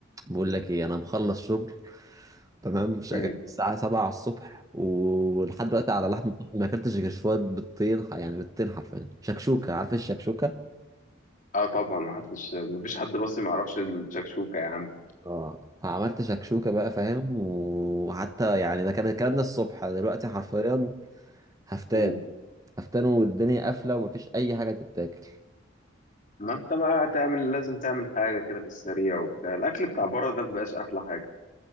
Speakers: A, on the right; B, on the left.
A: بقول لك ايه انا مخلص شغل تمام شغال
B: مم.
A: الساعة 7 على الصبح ولحد دلوقتي على لحم ما اكلتش غير شوية بيضتين ح- يعني بيضتين حرفيا شكشوكة عارف إيه الشكشوكة؟
B: اه طبعا ما حدش ما فيش حد بس ما يعرفش الشكشوكه يا عم
A: اه فعملت شكشوكة بقى فاهم وحتى يعني ده كان الكلام ده الصبح دلوقتي حرفيا هفتان
B: مم.
A: هفتان والدنيا قافلة ومفيش أي حاجة تتاكل
B: ما انت بقى تعمل لازم تعمل حاجه كده في السريع وبتاع الاكل بتاع بره ده مبقاش احلى حاجه